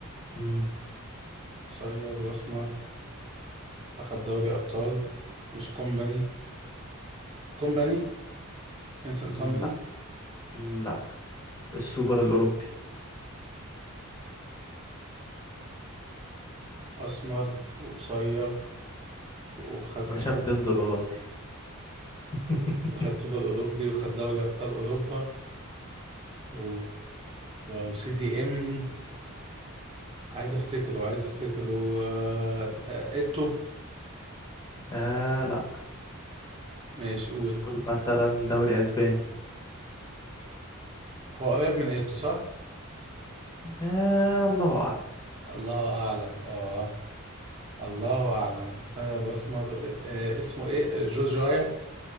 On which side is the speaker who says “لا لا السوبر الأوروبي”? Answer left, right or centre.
Left